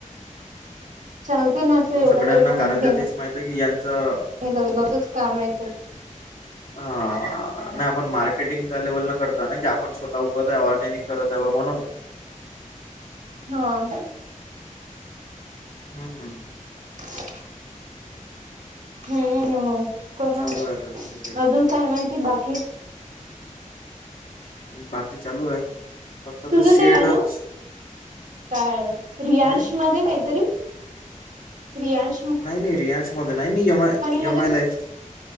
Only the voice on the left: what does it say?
पण
सगळ्यांना
कारंजा
तेच माहित आहे की यांचं
हा. नाही आपण मार्केटिंग त्या लेवलला करतो ना? की- पण स्वतः उगवत आहे. ऑरगॅनिक करत आहे बा म्हणून?
हम्म्म हम्म
चालू आहे आता धीरे धीरे
बाकी चालू आहे. फक्त आता
शेडच
काय
नाही नाही रियांश मध्ये नाही. मी ए माय,
ए माय लाईफ